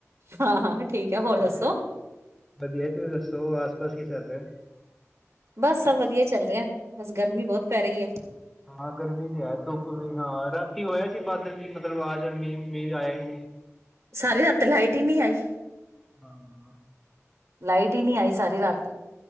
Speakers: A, on the right; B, in the centre.
A: ਹਾਂ ਹਾਂ ਠੀਕ ਹੈ ਹੋਰ ਦੱਸੋ?
B: ਹਾਂ ਵਧੀਆ ਤੁਸੀਂ ਦੱਸੋ ਆਸ ਪਾਸ ਕੀ ਚੱਲ ਰਿਹਾ ਹੈ?
A: ਬਸ ਸਭ ਵਧੀਆ ਚੱਲ ਰਿਹਾ ਹੈ। ਬਸ ਗਰਮੀ ਬਹੁਤ ਪੈ ਰਹੀ ਹੈ?
B: ਹਾਂ ਗਰਮੀ ਤੇ ਹੈ ਧੁੱਪ ਵੀ ਹਾਂ ਰਾਤੀ ਹੋਇਆ ਸੀ ਬਾਦਲ ਕੀ ਮਤਲਬ ਆ ਜਾਣ ਮੀਂਹ? ਮੀਂਹ ਵੀ ਆਇਆ ਨਹੀਂ।
A: ਸਾਰੇ ਰਾਤ ਲਾਈਟ? ਨਹੀਂ ਆਈ।
B: ਹਾਂ।
A: ਲਾਈਟ ਹੀ ਨਹੀਂ ਆਈ ਸਾਰੀ ਰਾਤ ਤੇ।